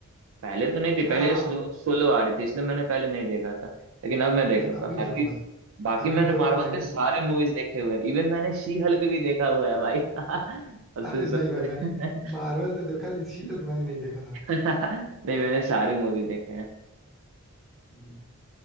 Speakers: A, on the right; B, in the centre.
A: पहले तो नहीं थी
B: हाँ
A: पहले ये स्लो
B: अब
A: सोलो आ रही थी इसलिए मैंने पहले नहीं देखा था लेकिन अब मैं देख लूंगा
B: अभी
A: बाकी
B: देखो भाई
A: बाकी
B: अभी
A: मैंने
B: वो लोग
A: मार्वल
B: वाइंड
A: के
B: अप
A: सारे मूवीज देखे हुए हैं इवन मैंने शी हल्क भी देखा हुआ है भाई <laughs> अब
B: अरे
A: तुम सोचो
B: नहीं भाई मैंने मार्वल
A: <laughs>
B: तो देखा लेकिन शील्ड मैंने नहीं देखा था
A: नहीं मैंने सारी मूवी देखे हैं
B: हम्म,